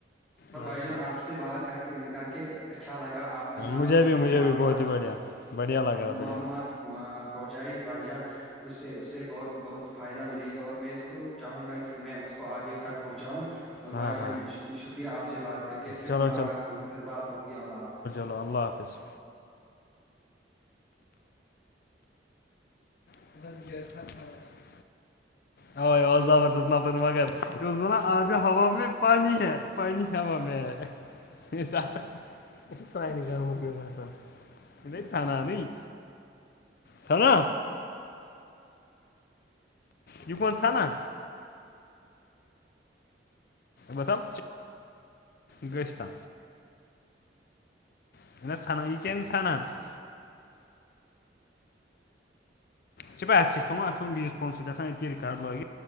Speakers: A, in the centre; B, on the left.
A: اور
B: باسان
A: بھائی جان آپ سے بات کرتے ہیں کر کے اچھا لگا آپ نے آپ
B: مجھے
A: نے جو
B: بھی
A: ہمیں
B: مجھے
A: معلومات
B: بھی بہت ہی بڑھیا بڑھیا لگا تھا
A: معلومات
B: بڑھیا لگا
A: پہنچائی بھائی جان اس سے اس سے بہت بہت فائدہ ملے گا اور میں ضرور چاہوں گا کہ میں اس کو آگے تک پہنچاؤں اور بھائی
B: ہاں
A: جان
B: ہاں
A: شکریہ آپ سے بات کر کے پھر
B: چلو
A: ملاقات ہوگی پھر بات ہوگی اللہ حافظ
B: اللہ اللہ حافظ <unintelligible> او زبردست نفر مگر یہ اسنان آج ہوا میں پانی ہے پانی ہوا میں کے ساتھ کے میں پسند انہیں کھانا نہیں تھا نا یہ کون سنا بس اب <unintelligible> <unintelligible> چھ با اس کس تھاا بییس فون سب رکارڈ لٮے